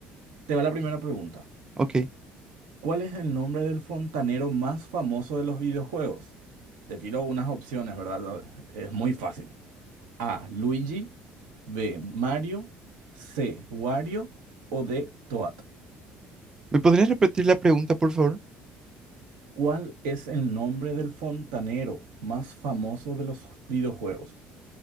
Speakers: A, on the right; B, on the right.
A: te va la primera pregunta.
B: Ok.
A: ¿Cuál es el nombre del fontanero más famoso de los videojuegos? Te tiro unas opciones, ¿verdad? Es muy fácil. A, Luigi, B, Mario, C, Wario o D, Toad.
B: ¿Me podrías repetir la pregunta, por favor?
A: ¿Cuál es el nombre del fontanero más famoso de los videojuegos?